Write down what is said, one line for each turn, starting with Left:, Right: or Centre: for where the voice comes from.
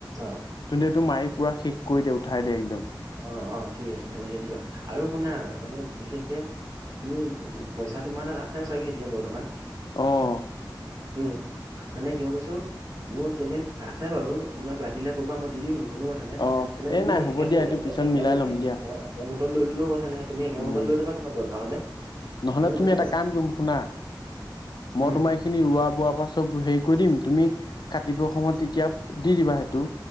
Right: অ
Left: তুন্তি এইটো মাৰি পুৰা শেষ কৰি দে উঠাই দে একদম।
Right: অ অ ঠিক আছে তেনেকে দিবা আৰু শুনা মানে বিশেষকে তুমি পইচা তোমাৰ তাত আছে ন চাগে এতিয়া বৰ্তমান।
Left: অ।
Right: উম। মানে কিয় কৈছোঁ মোৰ পে'মেণ্ট আছে বাৰু তোমাক লাগিলে ক'বা মই দি দিম। কোনো কথা নাই
Left: অ
Right: মানে
Left: এ
Right: তুমি
Left: নাই হ'ব
Right: একে
Left: দিয়া
Right: মো
Left: এইটো
Right: এক
Left: পিছত
Right: এক
Left: মিলাই
Right: মো
Left: ল'ম
Right: একে
Left: দিয়া
Right: ম অ একে মোৰতো লৈ ললেও কথা নাই তুমি
Left: উম
Right: একে মোৰতো লৈ লবা তোমাৰ দৰকাৰ হলে।
Left: নহলে
Right: মোৰ
Left: তুমি
Right: মানে
Left: এটা কাম কৰিম শুনা
Right: উম
Left: মই তোমাৰ এইখিনি ৰোৱা বোৱাৰ পৰা চব হেৰি কৰি দিম। তুমি কাটিবৰ সময়ত তেতিয়া দি দিবা সেইটো